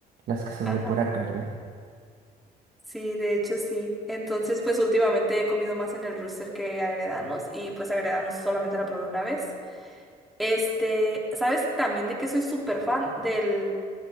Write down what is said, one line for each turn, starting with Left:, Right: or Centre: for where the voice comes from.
Right: las que son
Centre: Ajá.
Right: de pura carne.
Centre: Sí, de hecho sí. Entonces, pues últimamente he comido más en el Rooster que agredanos y pues agredanos solamente la probé una vez. Este, ¿sabes también de qué soy súper fan? Del